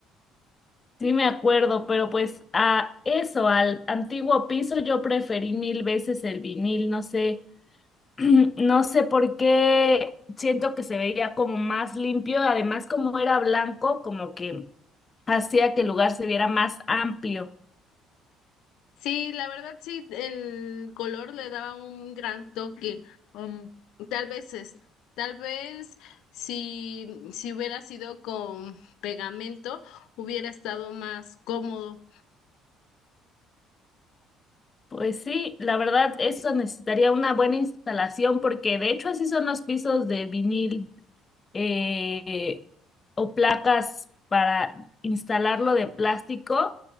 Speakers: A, on the left (about 35°); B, on the left (about 70°).
A: Sí, me acuerdo, pero pues a eso, al antiguo piso, yo preferí mil veces el vinil, no sé, <clears throat> no sé por qué siento que se veía como más limpio, además como era blanco, como que hacía que el lugar se viera más amplio.
B: Sí, la verdad sí, el color le daba un gran toque. Um, tal vez es, tal vez si, si hubiera sido con pegamento, hubiera estado más cómodo.
A: Pues sí, la verdad, eso necesitaría una buena instalación porque de hecho así son los pisos de vinil. eh, o placas para instalarlo de plástico,